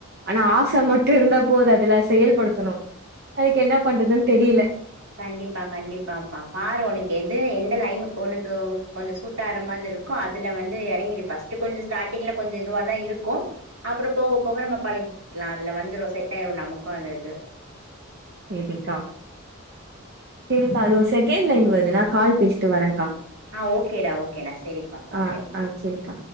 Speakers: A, on the right; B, on the right.
A: ஆனா ஆச மட்டு இருந்தா போதாதுல செயல்படுத்தணும் அதுக்கு என்ன பண்றது தெரியல
B: கண்டிப்பா கண்டிப்பாப்பா பாரு உனக்கு எது எந்த லைன் உனக்கு கொஞ்சோ சூட் ஆற மாரி இருக்கோ அதுல வந்து எறங்கிறு ஃபஸ்ட்டு கொஞ்சோ ஸ்டார்ட்டிங்ல கொஞ்சோ இதுவ தா இருக்கும் அப்பறோ போக போக நம்ம பழகிக்கலா அதுல வந்துரு செட் ஆயிரு நமக்கு அந்த இது
A: சேரிங்க்கா சேரிக்கா அது ஒரு செகண்ட் லைன் வருதுனா கால் பேசிட்டு வரேக்கா
B: ஆஹ் ஓகேடா ஓகேடா சேரிப்பா ஓகே
A: ஆ ஆ சரிக்கா